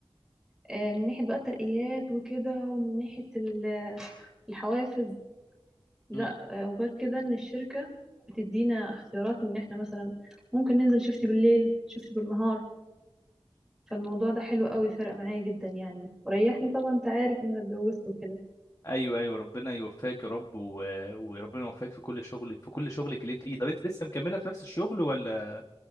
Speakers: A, in the centre; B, on the left (about 35°).
A: آه، من ناحية بقى الترقيات وكده ومن ناحية ال- آه، الحوافز لا
B: امم
A: آه، وغير كده ان الشركة بتدينا اختيارات ان احنا مثلا ممكن ننزل شفت بالليل شفت بالنهار فالموضوع ده حلو قوي فرق معايا جدا يعني وريحني طبعا انت عارف ان انا اتجوزت وكده
B: ايوه ايوه ربنا يوفقك يا رب و... وربنا يوفقك في كل شغل في كل شغلك اللي انت فيه طب انت لسه مكمله في نفس الشغل ولا